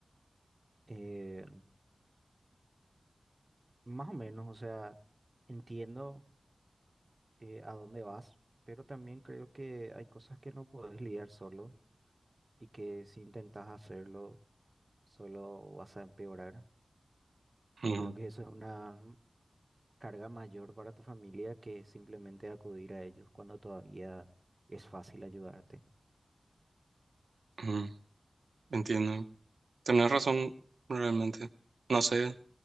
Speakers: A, on the right (about 30°); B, on the right (about 85°).
A: Eh, más o menos, o sea, entiendo. eh, a dónde vas, pero también creo que hay cosas que no puedes lidiar solo y que si intentas hacerlo, solo vas a empeorar. Y
B: Ujú,
A: creo que eso es una carga mayor para tu familia que simplemente acudir a ellos cuando todavía es fácil ayudarte.
B: ujú, Entiendo. Tenés razón, realmente. No sé